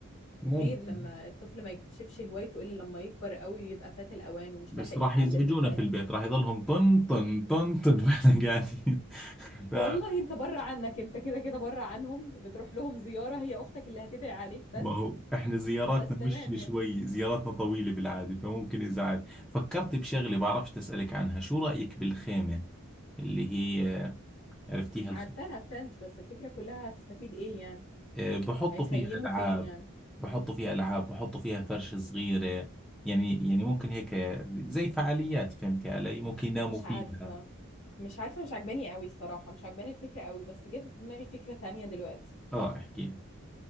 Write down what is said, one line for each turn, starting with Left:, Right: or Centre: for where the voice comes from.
Centre: ممكن
Left: غير لما الطفل ما يكتشفش هوايته الا لما يكبر قوي ويبقى فات الاوان ومش
Centre: بس
Left: لاحق
Centre: راح
Left: يتعلمها
Centre: يزعجونا
Left: فاهم
Centre: في البيت راح يضلهم طن طن طن طن <laughs> واحنا قاعدين فما
Left: والله انت بره عنك انت كده كده بره عنهم بتروح لهم زيارة هي اختك اللي هتدعي عليك بس
Centre: هو احنا زياراتنا
Left: بس تمام
Centre: مش
Left: يعني
Centre: شوي زياراتنا طويلة بالعادة فممكن ازعاج فكرت بشغلة بعرفش تسألك عنها شو رأيك بالخيمة اللي هي عرفتيها
Left: عارفاها التنت بس الفكرة كلها هتستفيد ايه يعني
Centre: آه، بحطوا
Left: هيخيموا
Centre: فيها ألعاب
Left: فين يعني
Centre: بحطوا فيها ألعاب بحطوا فيها فرشة صغيرة يعني يعني ممكن هيك زي فعاليات فهمتي علي ممكن يناموا
Left: مش
Centre: فيها
Left: عارفة مش عارفة مش عجباني قوي الصراحة مش عجباني الفكرة قوي بس جه في دماغي فكرة تانية دلوقتي
Centre: اه احكي لي